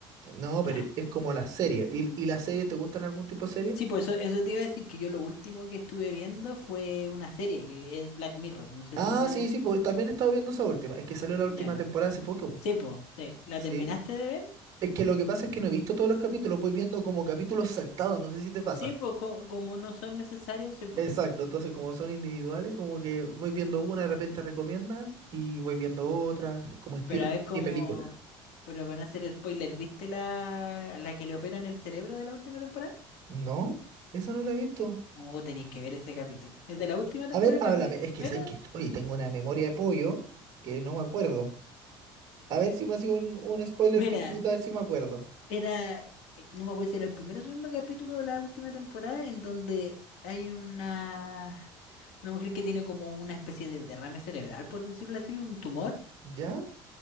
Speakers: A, on the right; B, on the left.
A: No, pero
B: Ya.
A: es como la serie. ¿Y, y las series, te gustan algún tipo de serie?
B: Sí, pues eso, eso te iba a decir que yo lo último que estuve viendo fue una serie, que es Black Mirror. No sé
A: Ah,
B: si la...
A: sí, sí, pues también he estado viendo esa última. Es que salió la
B: Ya.
A: última temporada hace poco, po.
B: Sí, pues, sí. ¿La
A: Sí.
B: terminaste de ver?
A: Es que lo que pasa es que no he visto todos los capítulos, voy viendo como capítulos saltados, no sé si te pasa.
B: Sí, pues co- como no son necesarios, sí, pues.
A: Exacto, entonces como son individuales, como que voy viendo una, de repente recomiendan y voy viendo otra, es como estilo
B: Pero a ver cómo.
A: y película.
B: Pero van a hacer spoiler. ¿Viste la, la que le operan el cerebro de la última temporada?
A: No, esa no la he visto.
B: Oh, tenéis que ver ese capítulo. El de la última temporada,
A: A ver, háblame,
B: creo que el primero.
A: es que sabes que, oye, tengo una memoria de pollo que no me acuerdo. A ver si me ha sido un, un spoiler
B: Mira,
A: pequeñito, a ver si me acuerdo.
B: era. eh, No me acuerdo si era el primero o segundo capítulo de la última temporada, en donde hay una, una mujer que tiene como una especie de derrame cerebral, por decirlo así, un tumor,
A: ¿Ya?